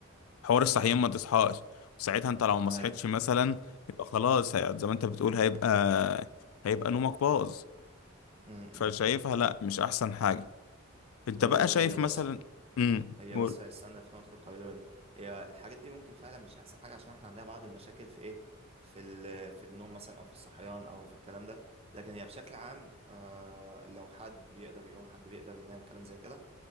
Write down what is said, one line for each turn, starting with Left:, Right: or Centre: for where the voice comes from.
Left: حوار الصحيان ما تصحاش ساعتها انت لو ما
Right: أيوه
Left: صحيتش مثلا يبقى خلاص هي- زي ما انت بتقول هيبقى هيبقى نومك باظ
Right: أمم،
Left: فشايفها
Right: أمم.
Left: لا مش احسن حاجة انت
Right: هي
Left: بقى شايف
Right: هي بص
Left: مثلا امم
Right: هي
Left: قول
Right: بس استنى في نقطة القيلولة دي هي الحاجات دي ممكن فعلا مش أحسن حاجة عشان احنا عندنا بعض المشاكل في ايه في ال- في النوم مثلا أو في الصحيان أو في الكلام ده لكن هي بشكل عام آه لو حد بيقدر يقوم حد بيقدر ينام كلام زي كده